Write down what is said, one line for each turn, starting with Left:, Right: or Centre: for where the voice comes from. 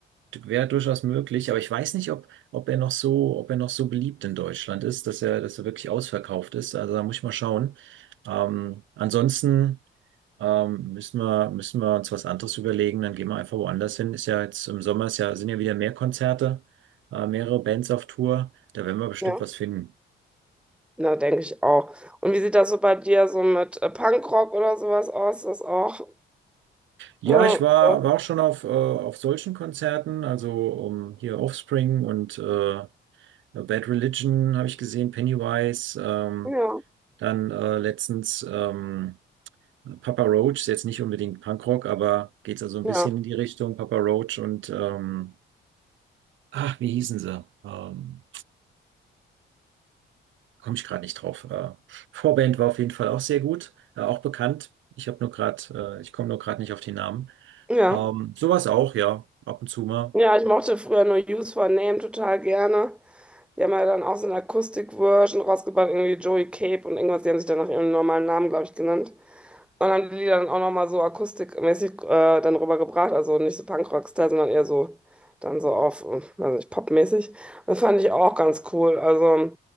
Right: wäre durchaus möglich, aber ich weiß nicht, ob, ob er noch so, ob er noch so beliebt in Deutschland ist, dass er, dass er wirklich ausverkauft ist. Also da muss ich mal schauen. Ähm, ansonsten ähm, müssen wir, müssen wir uns was anderes überlegen. Dann gehen wir einfach woanders hin. Ist ja jetzt im Sommer ist ja, sind ja wieder mehr Konzerte, äh, mehrere Bands auf Tour. Da werden wir bestimmt
Centre: Ja,
Right: was finden.
Centre: na, denke ich auch. Und wie sieht das so bei dir so mit äh, Punkrock oder sowas aus? Ist das auch?
Right: Ja,
Centre: Äh,
Right: ich war,
Centre: ja,
Right: war auch schon auf, äh, auf solchen Konzerten, also um, hier Offspring und äh, Ja, Bad Religion habe ich gesehen, Pennywise, ähm,
Centre: ja,
Right: dann äh, letztens ähm, Papa Roach, ist jetzt nicht unbedingt Punkrock, aber geht so also ein
Centre: ja,
Right: bisschen in die Richtung Papa Roach und ähm, ach, wie hießen sie? Ähm, komme ich gerade nicht drauf. Äh, Vorband war auf jeden Fall auch sehr gut, äh, auch bekannt. Ich habe nur gerade, äh, ich komme nur gerade nicht auf die Namen.
Centre: ja.
Right: Ähm, sowas auch, ja, ab und zu mal.
Centre: Ja, ich mochte früher nur Use for Name total gerne. Die haben ja dann auch so eine Akustik-Version rausgebracht, irgendwie Joey Cape und irgendwas. Die haben sich dann nach ihrem normalen Namen, glaube ich, genannt. Und haben die Lieder dann auch nochmal so akustikmäßig äh, dann rübergebracht. Also nicht so Punkrock-Style, sondern eher so dann so auf, äh, weiß nicht, popmäßig. Das fand ich auch ganz cool. Also